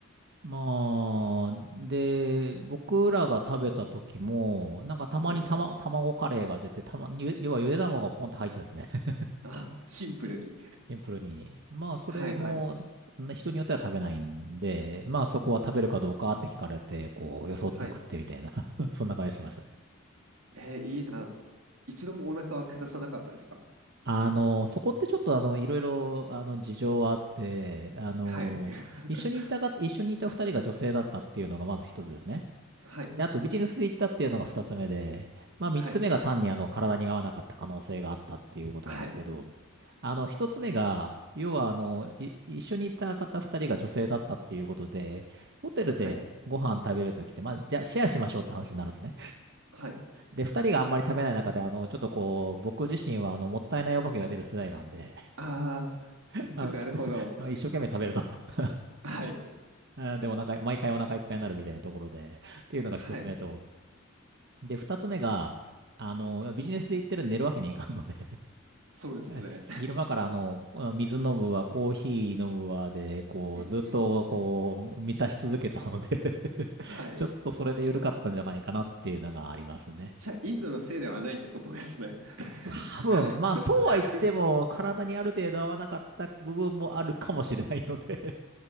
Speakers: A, on the right (about 55°); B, on the right (about 80°).
A: まあ、で、僕らが食べた時も、なんかたまにたま、
B: はいはい。
A: 卵カレーが出て、たまに、ゆ要はゆで卵がポンって入ってるんですね。<laughs>
B: <laughs> あ、シンプルに。
A: シンプルに。まあ、それも、
B: はいはい。
A: ん人によっては食べないんで、まあそこは食べるかどうかって聞かれて、こう、よそって食ってみたいな
B: はい。
A: <laughs> そんな感じしてましたね。
B: えーいいな。一度もお腹は下さなかったですか
A: あの、そこってちょっとあの、いろいろ、あの、事情はあって、あの、
B: はい。<laughs>
A: 一緒にいたが、一緒にいた二人が女性だったっていうのがまず一つですね。
B: はい。
A: で、あとビジネスで行ったっていうのが二つ目で、まあ三つ目が単にあの体に合わなかった可能性があったっていうことなんですけど、
B: はい。はい。
A: あの一つ目が、要はあの、い一緒に行った方二人が女性だったっていうことで、ホテルでご飯食べるときって、
B: はい。
A: まあじゃあシェアしましょうって話になるんですね。
B: はい。
A: で、二人があんまり食べない中で、あの、ちょっとこう、僕自身はあの、もったいないお化けが出る世代なんで、
B: ああー、
A: <laughs> あ
B: <laughs> なるほど。
A: の、<laughs> 一生懸命食べると <laughs>
B: はい。
A: あーで、お腹い、毎回お腹いっぱいになるみたいなところで、っていうのが一つ目と、
B: はい。
A: で、二つ目が、あの、ビジネスで行ってるんで寝るわけにいかんので
B: そうですね。
A: <laughs> 昼間からあの、水飲むわ、コーヒー飲むわで、こう、
B: うんうん。
A: ずっと、こう、満たし続けたので <laughs>
B: はい。
A: ちょっとそれで緩かったんじゃないかなっていうのがありますね。
B: じゃあ、インドのせいではないってことですね。<laughs>
A: 多分、まあ、そうは言っても、体にある程度合わなかった部分もあるかもしれないので